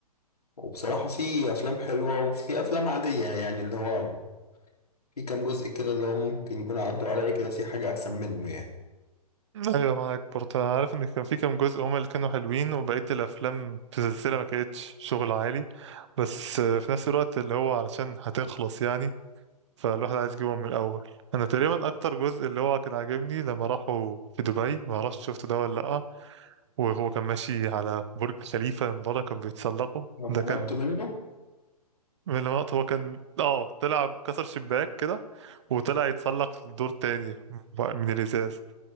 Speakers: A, on the left; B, on the right.
A: وبصراحة في أفلام حلوة وفي أفلام عادية يعني اللي هو في كام جزء كده اللي هو ممكن يكون عدوا عليا كده في حاجة أحسن منه يعني
B: ايوه معاك برضه انا عارف ان كان في كام جزء هما اللي كانوا حلوين وبقيه الافلام في السلسله ما كانتش شغل عالي بس آه، في نفس الوقت اللي هو علشان هتخلص يعني فالواحد عايز يجيبهم من الأول أنا تقريبا أكتر جزء اللي هو كان عاجبني لما راحوا في دبي ما اعرفش شفته ده ولا لأ وهو كان ماشي على برج خليفة من بره كان بيتسلقه
A: لما
B: ده كان
A: هربت منه
B: من اللقطات هو كان اه طلع كسر شباك كده وطلع يتسلق لدور تاني من الإزاز